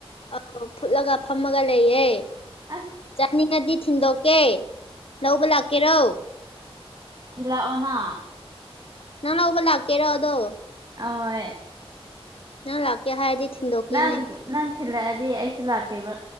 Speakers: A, on the left (about 65°); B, on the right (about 40°).
A: ꯑ ꯐꯨꯠꯂꯒ ꯐꯝꯃꯒ ꯂꯩꯌꯦꯦ
B: ꯑꯁ
A: ꯆꯥꯅꯤꯡꯉꯗꯤ ꯊꯤꯟꯗꯣꯛꯀꯦ ꯂꯧꯕ ꯂꯥꯛꯀꯦꯔꯧ
B: ꯊꯤꯂꯛ ꯑꯣꯅ
A: ꯅꯪ ꯂꯧꯕ ꯂꯥꯛꯀꯦꯔꯣ ꯑꯗꯣ
B: ꯑꯣꯏ
A: ꯅꯪ ꯂꯥꯛꯀꯦ ꯍꯥꯏꯗꯤ ꯊꯤꯟꯗꫭꯛ ꯀꯦꯅꯦ
B: ꯅꯪ ꯅꯪ ꯊꯤꯜꯂꯛꯑꯗꯤ ꯑꯩꯁꯨ ꯂꯥꯛꯀꯦꯕ